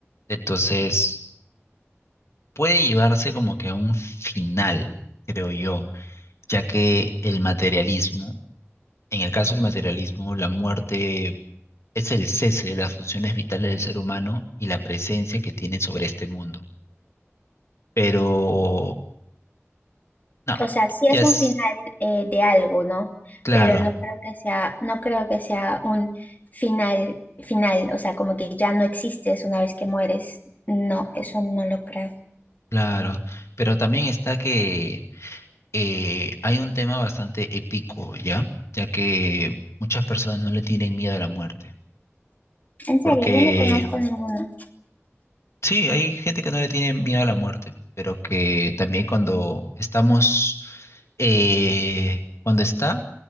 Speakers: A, on the left; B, on the left.
A: entonces, puede llevarse como que a un final, creo yo, ya que el materialismo, en el caso del materialismo, la muerte es el cese de las funciones vitales del ser humano y la presencia que tiene sobre este mundo. Pero, no,
B: O sea, sí
A: ya
B: es
A: es
B: un final eh, de algo, ¿no?
A: claro,
B: Pero no creo que sea, no creo que sea un final final, o sea, como que ya no existes una vez que mueres. No, eso no lo creo.
A: claro, pero también está que eh, hay un tema bastante épico, ¿ya? Ya que muchas personas no le tienen miedo a la muerte.
B: En serio,
A: Porque
B: yo no conozco ninguno.
A: sí, hay gente que no le tiene miedo a la muerte, pero que también cuando estamos, eh, cuando está,